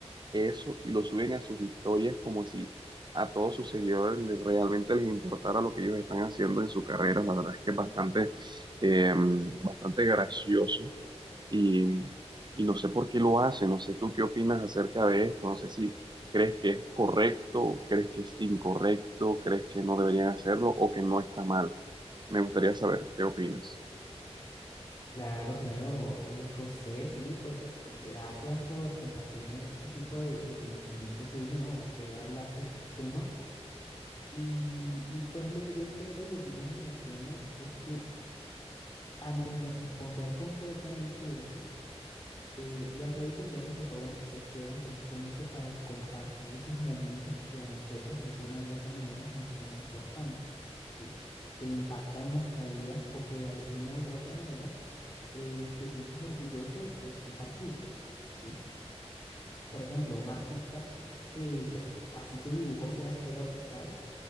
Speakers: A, on the right; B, on the left.
A: eso y lo suben a sus historias como si a todos sus seguidores le- realmente les importara lo que ellos están haciendo en su carrera. La verdad es que es bastante, eh, bastante gracioso y, y no sé por qué lo hace, no sé tú qué opinas acerca de esto, no sé si crees que es correcto, crees que es incorrecto, crees que no deberían hacerlo o que no está mal. Me gustaría saber qué opinas.
B: Claro, claro, eh, José, sí, pues gracias por compartirme este tipo de, de pensamiento tuyo, ¿no? O querer hablar sobre este tema. Y, y pues lo que yo creo y opino sobre el tema es que antes de responder concretamente eso, eh, las redes sociales se fueron, se hicieron precisamente para compartir esos momentos que a nosotros de alguna u otra manera nos son importantes, ¿sí? Que impactan nuestra vida o que de alguna u otra manera eh, te sientes orgulloso y quieres compartirlo, ¿sí? Por ejemplo, un artista, eh, pues así su dibujo sea feo quizás,